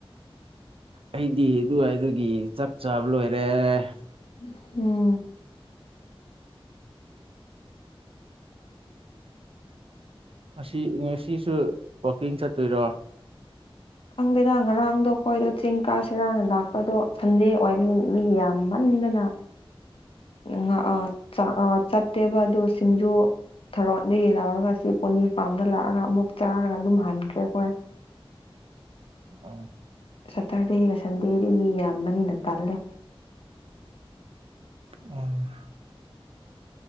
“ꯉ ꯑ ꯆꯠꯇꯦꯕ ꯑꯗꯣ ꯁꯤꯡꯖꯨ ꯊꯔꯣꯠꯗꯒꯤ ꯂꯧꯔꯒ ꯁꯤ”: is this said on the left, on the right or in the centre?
Left